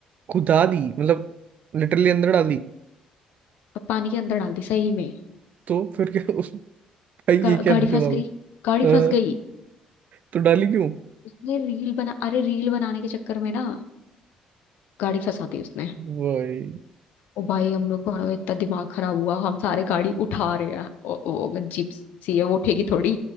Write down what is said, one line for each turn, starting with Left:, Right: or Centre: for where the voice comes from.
Right: खुदा दी मतलब लिटरली अंदर डाली
Left: अब पानी के अंदर डाल दी सही में
Right: तो फिर क्या उस भाई
Left: गा,
Right: ये क्या
Left: गाड़ी
Right: दिमाग
Left: फंस गई
Right: है
Left: गाड़ी
Right: हाँ,
Left: फंस गई
Right: तो डाली क्यों
Left: उसने रील बना अरे रील बनाने के चक्कर में ना गाड़ी फंसा दी उसने
Right: भाई
Left: ओ भाई हम लोग का इतना दिमाग खराब हुआ हम सारे गाड़ी उठा रहे हैं ओ, ओ, जीप सी है वो उठेगी थोड़ी